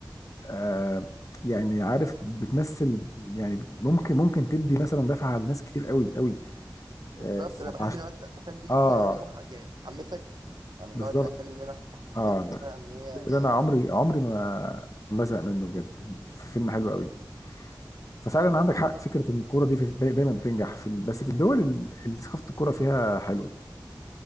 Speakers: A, on the left (about 45°); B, on the right (about 65°).
A: آه يعني عارف بتمثل يعني ممكن ممكن تدي مثلا دفعه لناس كتير قوي قوي
B: بالظبط
A: اه
B: انا بحب
A: فعش-
B: نوع الافلام دي
A: آه،
B: انها مح... يعني تحمسك يعني من
A: بالظبط
B: نوع الافلام اللي انا تحسبها
A: اه لا
B: ان هي
A: الفيلم ده انا عمري عمري ما ما بزهق منه بجد في فيلم حلو قوي ففعلا عندك حق فكره ان الكوره دي في- داي- دايما بتنجح في ال- بس في الدول ال- اللي ثقافه الكوره فيها حلوه